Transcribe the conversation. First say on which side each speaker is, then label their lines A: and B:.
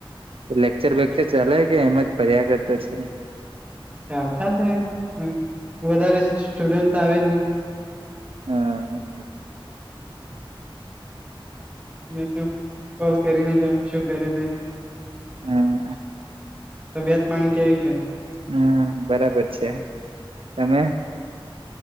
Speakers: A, on the right; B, on the right.
A: લેક્ચર વેક્ચર ચાલે કે એમ જ ફર્યા કરતો છે?
B: ચાલતા છે હ વધારે સ્ટુડન્ટ તો આવે નહીં.
A: હા હ
B: મેં કેવુ કોલ કરીને જોવુ શું કરે તે?
A: હ
B: તબિયત પાણી કેવી છે?
A: હમ બરાબર છે, તમે?